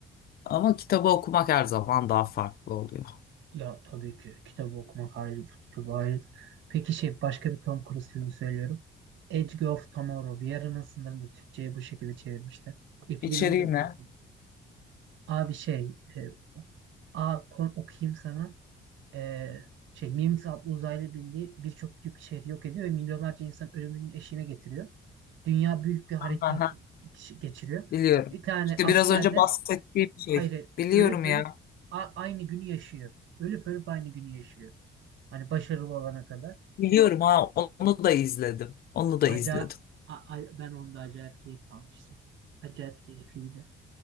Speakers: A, on the left; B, on the right.
A: Ama kitabı okumak her zaman daha farklı oluyor.
B: Ya tabii ki kitabı okumak ayrıdır, kitabı ayrıdır. Peki şey başka bir Tom Cruise filmi söylüyorum. Edge of Tomorrow, Yarının Sınırında Türkçe'ye bu şekilde çevirmişler. 2014
A: İçeriği ne?
B: yapımı. Abi şey, e, a, kon, okuyayım sana. E, şey, Mimics adlı uzaylı birliği birçok büyük şehri yok ediyor ve milyonlarca insan ölümünün eşiğine getiriyor. Dünya büyük bir harekat
A: Aha,
B: iç- geçiriyor.
A: biliyorum.
B: Bir tane
A: İşte
B: asker
A: biraz önce
B: de
A: bahsettiğim şey.
B: hayır
A: Biliyorum
B: ölüp
A: ya.
B: ölüp a- aynı günü yaşıyor. Ölüp ölüp aynı günü yaşıyor. Hani başarılı olana kadar.
A: Biliyorum ha onu da izledim. Onu da
B: Aca
A: izledim.
B: a- a- ben onda acayip keyif almıştım. Acayip keyifliydi.